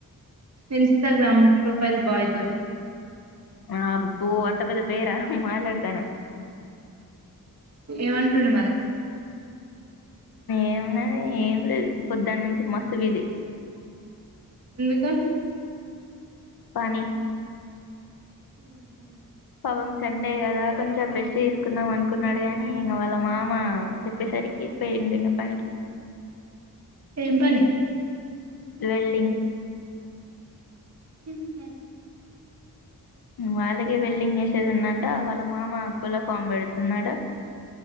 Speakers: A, on the right (about 45°); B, on the left (about 85°).
A: ఇన్స్టాగ్రామ్ ప్రొఫైల్ బాయ్ తోటి
B: ఆ అబ్బో అంత పెద్ద పేరా మాట్లాడతాను
A: ఏమంటుండు మరి
B: ఏమున్నాది ఏం లేదు పొద్దున్న నుంచి మస్తు బిజీ
A: ఎందుకు
B: పని
A: మ్మ్ఉహ్మ్
B: పాపం సండే కదా కొంచెం రేస్ట్ తీసుకుందాం అనుకున్నాడు గానీ ఇంగ వాళ్ళ మామ చెప్పేసరికి పెయిండు ఇగ పనికి
A: ఏం పనీ
B: వెల్డింగ్
A: హుహు
B: వాళ్ళకే వెల్డింగ్ చేసేది ఉందటా వాళ్ళ మామ కోళ్ల ఫామ్ పెడుతుందట